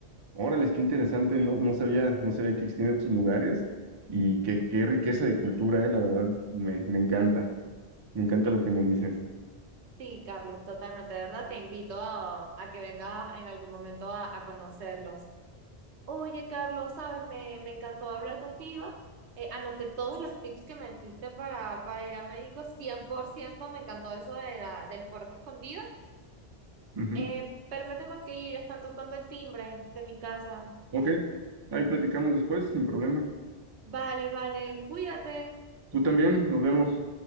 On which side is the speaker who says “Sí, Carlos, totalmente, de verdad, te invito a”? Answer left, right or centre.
Right